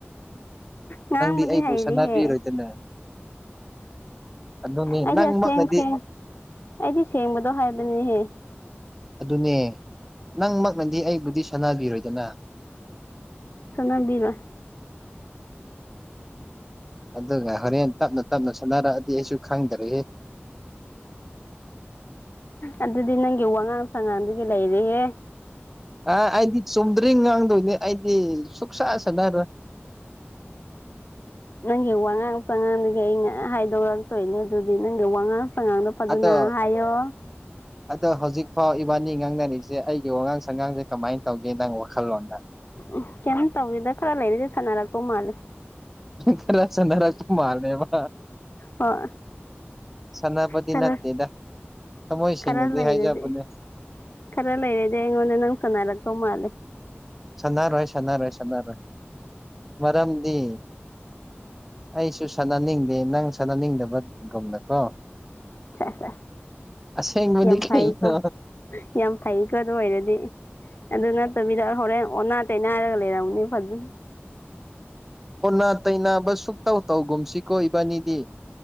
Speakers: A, on the left; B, in the centre.
A: ꯅꯥꯡꯕꯗꯤ
B: ꯅꯪꯗꯤ ꯑꯩꯕꯨ
A: ꯍꯩꯔꯤꯍꯦ
B: ꯁꯥꯟꯅꯕꯤꯔꯣꯏꯗꯅ ꯑꯗꯨꯅꯤ
A: ꯑꯩꯗꯤ
B: ꯅꯪꯃꯛꯅꯗꯤ
A: ꯑꯁꯦꯡ ꯁꯦꯡ ꯑꯩꯗꯤ ꯁꯦꯡꯕꯗꯣ ꯍꯥꯏꯕꯅꯤꯍꯦ
B: ꯑꯗꯨꯅꯦ ꯅꯪꯃꯛꯅꯗꯤ ꯑꯩꯕꯨꯗꯤ ꯁꯥꯅꯕꯤꯔꯣꯏꯗꯅ
A: ꯁꯥꯅꯕꯤꯔꯣꯏ
B: ꯑꯗꯨꯒ ꯍꯣꯔꯦꯟ ꯇꯞꯅ ꯇꯞꯅ ꯁꯥꯟꯅꯔꯛꯑꯗꯤ ꯑꯩꯁꯨ ꯈꯪꯗꯔꯦꯍꯦ
A: ꯑꯗꯨꯗꯤ ꯅꯪꯒꯤ ꯋꯥꯉꯥꯡ ꯁꯉꯥꯡꯗꯨꯒꯤ ꯂꯩꯔꯦꯍꯦ
B: ꯑ ꯑꯩꯗꯤ ꯆꯨꯝꯗ꯭ꯔꯤ ꯉꯥꯡꯗꯣꯏꯅꯤ ꯑꯩꯗꯤ ꯁꯨꯛꯁꯥ ꯁꯥꯟꯅꯔꯣꯏ
A: ꯅꯪꯒꯤ ꯋꯥꯉꯥꯡ ꯁꯉꯥꯡꯗꯒꯤ ꯑꯩꯅ ꯍꯥꯏꯗꯣꯔꯛꯇꯣꯏꯅꯦ ꯑꯗꯨꯗꯤ ꯅꯪꯒꯤ ꯋꯥꯉꯥꯡ ꯁꯉꯥꯡꯗꯣ ꯑꯗꯨꯅ
B: ꯑꯗꯣ
A: ꯍꯥꯏꯌꯣ
B: ꯑꯗꯣ ꯍꯧꯖꯤꯛꯐꯥꯎ ꯏꯕꯥꯅꯤ ꯉꯥꯡꯅꯔꯤꯕꯁꯦ ꯑꯩꯒꯤ ꯋꯥꯉꯥꯡ ꯁꯪꯉꯥꯡꯖꯦ ꯀꯃꯥꯏꯟ ꯇꯧꯒꯦ ꯅꯪ ꯋꯥꯈꯜꯂꯣꯟꯗ
A: <unintelligible> ꯀꯩꯝ ꯇꯧꯗꯦꯗ ꯈꯔ ꯂꯩꯔꯗꯤ ꯁꯥꯅꯔꯛꯇꯧ ꯃꯥꯜꯂꯦ
B: ꯈꯔ ꯁꯥꯅꯔꯛꯇꯧ ꯃꯥꯜꯂꯦꯕ
A: ꯍꯣꯏ
B: ꯁꯥꯅꯕꯗꯤ
A: ꯈꯔ
B: ꯅꯠꯇꯦꯗ ꯊꯃꯣꯏ ꯁꯦꯡꯅꯗꯤ
A: ꯈꯔ ꯂꯩꯔꯗꯤ
B: ꯍꯥꯏꯖꯕꯅꯦ
A: ꯈꯔ ꯂꯩꯔꯗꯤ ꯑꯩꯉꯣꯟ ꯅꯪ ꯁꯅꯔꯛꯇꯧ ꯃꯥꯜꯂꯦ
B: ꯁꯥꯅꯔꯣꯏ ꯁꯥꯅꯔꯣꯏ ꯁꯥꯅꯔꯣꯏ ꯃꯔꯝꯗꯤ ꯑꯩꯁꯨ ꯁꯅꯅꯤꯡꯗꯦ ꯅꯪ ꯁꯅꯅꯤꯡꯗꯕꯒꯨꯝꯅꯀꯣ
A: ꯁꯦꯁ ꯁꯦꯁ
B: ꯑꯁꯦꯡꯕꯗꯤ
A: ꯌꯥꯝ
B: ꯀꯩꯅꯣ
A: ꯐꯩꯀꯣ ꯌꯥꯝ ꯐꯩꯀꯣ ꯑꯗꯨ ꯑꯣꯏꯔꯗꯤ ꯑꯗꯨ ꯅꯠꯇꯕꯤꯗ ꯍꯣꯔꯦꯟ ꯑꯣꯅꯥ ꯇꯩꯅꯥꯔꯒ ꯂꯩꯔꯝꯒꯅꯤ ꯐꯖ
B: ꯑꯣꯟꯅ ꯇꯩꯅꯕ ꯁꯨꯛꯇꯧ ꯇꯧꯒꯨꯝꯁꯤꯀꯣ ꯏꯕꯥꯅꯤꯗꯤ